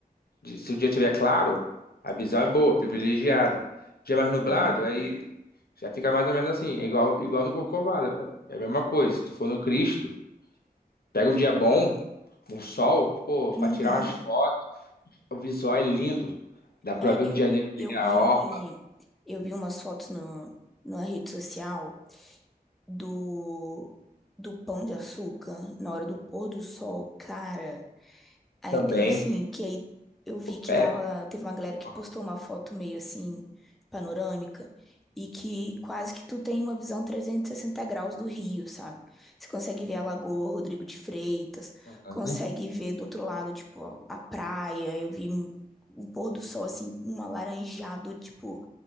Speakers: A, on the left; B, in the centre.
A: de- se o dia tiver claro, a visão é boa, privilegiada. Dia mais nublado,
B: Uhum.
A: aí já fica mais ou menos assim, é igual, igual no Corcovado, né? é é a mesma coisa. Se tu for no Cristo, pega um dia bom, um sol, pô, pra
B: Uhum.
A: tirar umas fotos, o visual é lindo. Dá pra
B: É,
A: ver o
B: eu,
A: Rio de Janeiro ali,
B: eu
A: a
B: vi,
A: orla
B: eu vi umas fotos no, na rede social do, do Pão de Açúcar na hora do pôr do sol. Cara, Aí,
A: também.
B: é assim, que aí eu vi que
A: É.
B: dava. Teve uma galera
A: Aham,
B: que postou uma foto meio assim, panorâmica, e que quase que tu tem uma visão 360 graus do Rio, sabe? Você consegue ver a Lagoa Rodrigo de Freitas,
A: aham.
B: consegue ver do outro lado, tipo, a a praia. Eu vi um- o pôr do sol, assim, um alaranjado, tipo,